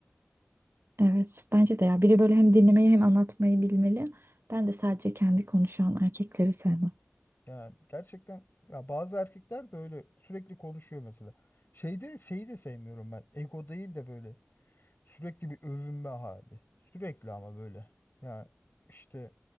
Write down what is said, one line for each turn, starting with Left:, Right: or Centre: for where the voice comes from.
Right: Evet, bence de ya biri böyle hem dinlemeyi hem anlatmayı bilmeli. Ben de sadece kendi konuşan erkekleri sevmem.
Left: Yani gerçekten ya bazı erkekler de öyle sürekli konuşuyor mesela. Şeyde şeyi de sevmiyorum ben. Ego değil de böyle sürekli bir övünme hali. Sürekli ama böyle. Yani işte